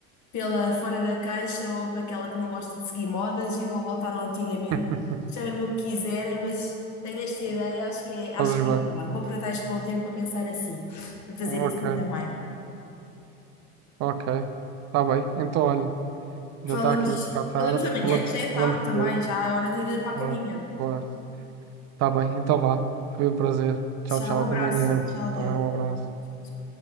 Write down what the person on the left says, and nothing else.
pela fora da caixa ou para aquela que não gosta de seguir modas e vou voltar ao antigamente.
Chamem-me o que quiserem, mas tenho esta ideia, acho que é, acho
que
é boa. Vou aproveitar este bom tempo para pensar assim, para fazer
assim também.
Falamos,
falamos amanhã,
que já é tarde
também, já é hora de ir para a
caminha.
Tchau,
um abraço.
Tchau,
Diogo.
Tchau, tchau.